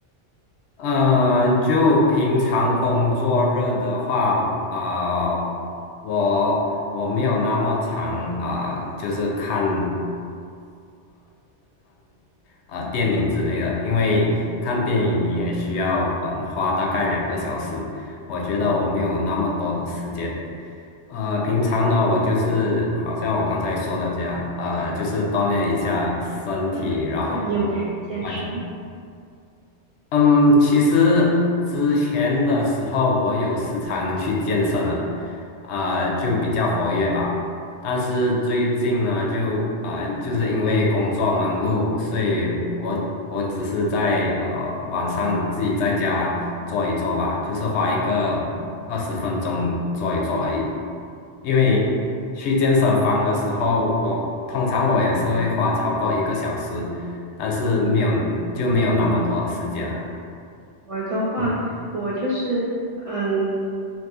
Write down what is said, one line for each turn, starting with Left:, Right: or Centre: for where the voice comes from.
Left: 嗯、就平常工作日的话，啊、我我没有那么长啊、就是看。啊、电影之类的，因为看电影你也需要嗯、花大概两个小时，我觉得我没有那么多的时间。呃，平常呢，我就是好像我刚才说的这样，呃，就是锻炼一下身体，
Right: 哦，锻炼一下。
Left: 然后
Right: 那你有去健身？
Left: 啊、嗯，其实之前的时候我有时常去健身了，啊、就比较活跃吧。但是最近呢，就啊、呃就是因为工作忙碌，所以我我只是在呃晚上自己在家做一做吧，就是花一个二十分钟做一做而已。因为去健身房的时候，
Right: 嗯。
Left: 我通常我也是会花超过一个小时，但是没有就没有那么多时间了。
Right: 我的话，
Left: 嗯，
Right: 我就是，嗯，